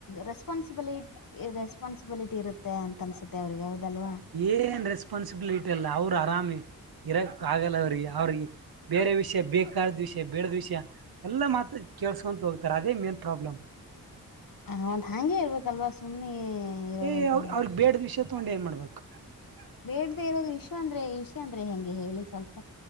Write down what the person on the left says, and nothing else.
ರೆಸ್ಪಾನ್ಸಿಬಿಲಿ ರೆಸ್ಪಾನ್ಸಿಬಿಲಿಟಿ ಇರುತ್ತೆ ಅಂತ ಅನ್ಸುತ್ತೆ ಅವ್ರಿಗೆ. ಹೌದಲ್ವಾ
ಹ ಒಂದು ಹಂಗೆ ಇರ್ಬೇಕಲ್ವಾ ಸುಮ್ನೆ ಇರೋದಂದ
ಹೆಗೆ.
ಬೇಡ್ದ ಇರೋದು ವಿಷ ಅಂದ್ರೆ ವಿಷ ಅಂದ್ರೆ ಹೆಂಗೆ ಹೇಳಿ ಸ್ವಲ್ಪ.